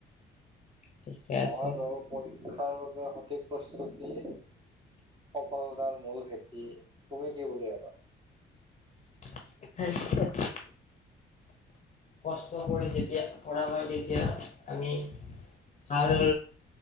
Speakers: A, on the left; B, on the right.
A: ঠিকে
B: মই
A: আছে
B: বাৰু পৰীক্ষা তাৰ বাবে সঠিক প্ৰস্তুতি সফোতাৰ মূল ভেটি তুমি কি বুলি ভাবা?
A: <unintelligible> অধিক কষ্ট কৰি যেতিয়া কৰা হয় তেতিয়া আমি হাল